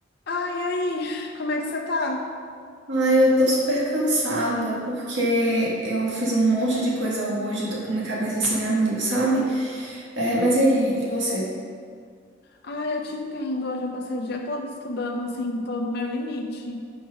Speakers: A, on the left; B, on the right.
A: Ai, aí, como é que você tá?
B: Ai, eu tô super cansada porque eu fiz um monte de coisa hoje, eu tô com minha cabeça assim a mil, sabe? É, mas e aí, e você?
A: Ai, eu te entendo. Hoje eu passei o dia todo estudando, assim, tô no meu limite.